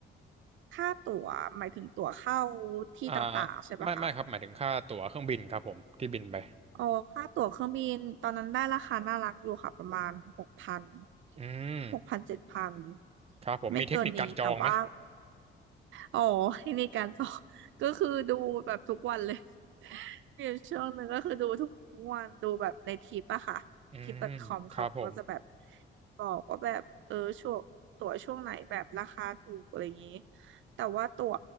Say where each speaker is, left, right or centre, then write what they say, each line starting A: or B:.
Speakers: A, on the right; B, on the right.
A: ค่าตั๋วหมายถึงตั๋วเข้าที่ต่างๆใช่ปะคะ
B: อ่าไม่ไม่ครับหมายถึงค่าตั๋วเครื่องบินครับผมที่บินไป
A: อ๋อค่าตั๋วเครื่องบินตอนนั้นได้ราคาน่ารักอยู่ค่ะประมาณหกพัน
B: อืม
A: หกพันเจ็ดพัน
B: ครับผมมีเทคนิคการจองไหม
A: ไม่เกินนี้แต่ว่า อ๋อให้ในคการสอบ <laughs> ก็คือดูแบบทุกวันเลย <laughs> มีอยู่ช่วงหนึ่งก็คือดูทุกวันดูแบบในทิปอะค่ะทิปดอทคอมเขาก็จะแบบ
B: อืมครับผม
A: บอกว่าแบบเออช่วงตั๋วช่วงไหนแบบราคาถูกอะไรอย่างนี้แต่ว่าตั๋ว